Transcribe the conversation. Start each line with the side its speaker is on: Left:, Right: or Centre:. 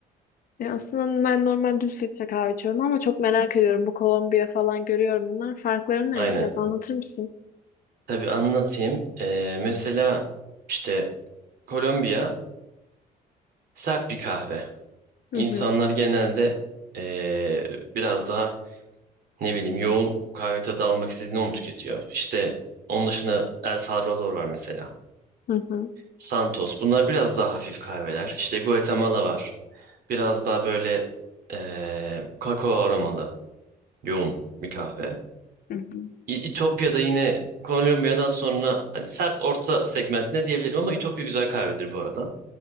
Left: Ya aslında ben normal düz filtre kahve içiyorum ama çok merak ediyorum. Bu Kolombiya falan görüyorum bunlar. Farkları
Right: Aynen.
Left: ne? Biraz anlatır mısın?
Right: Tabii anlatayım. E, mesela işte Kolombiya Sert bir kahve.
Left: Hı
Right: İnsanlar
Left: hı.
Right: genelde eee, biraz daha ne bileyim yoğun kahve tadı almak istediğini onu tüketiyor. İşte onun dışında El Salvador var mesela.
Left: Hı hı.
Right: Santos. Bunlar biraz daha hafif kahveler. İşte Guatemala var. Biraz daha böyle eee, kakao aromalı yoğun bir kahve.
Left: Hı hı.
Right: İ- İtopya'da yine Kolombiya'dan sonra hani sert orta segmentine diyebilirim ama İtopya güzel kahvedir bu arada.